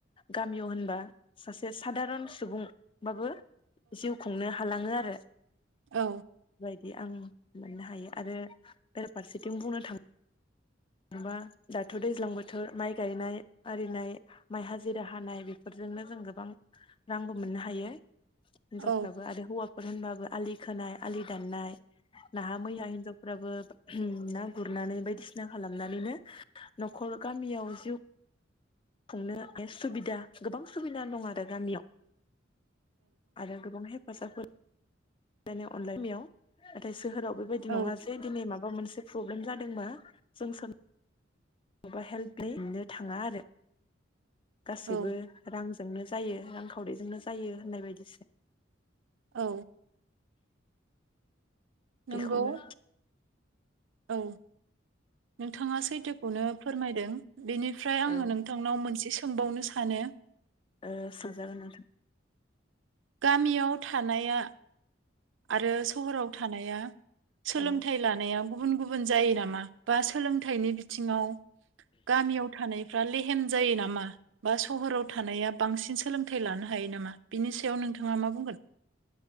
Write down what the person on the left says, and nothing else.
गामियाव होनबा सासे सादारन सुबुंबाबो जिउ खुंनो हालांङो आरो हा <inaudible>
दि आं मोननो हायो आरो बेराफारसेथिं बुंनो थाङो बा जेनेबा दाथ' दैज्लां बोथोर माइ गायनाय आरिनाय माइ हाजिरा हानाय बेफोरजोंनो जों गोबां रांबो मोननो हायो। हिनजावफ्राबो
आरोे हौवा बेफोर होनबाबो आलि खोनाय आलि दाननाय नाहा मैया हिनजावफोराबो होम ना गुरनानै बायदिसिना खालामनानैनो न'खर गामियाव जिउ खुंनो सुबिदा गोबां सुबिदा दं आरो गामियाव। आरो गोबांहाय हौवासाफोर <unintelligible> नाथाय सोहोराव बेबायदि
नङा जे दिनै माबा माबा मोनसे प्रब्लेम जादों बा जों सों माबा हेल्प मोननो थाङा आरो। गासैबो
रां जोंनो जायो रांखावरिजोंनो जायो होननाय बायदिसो।
बेखौनो
औ
ओ सोंजागोन नोंथां
औ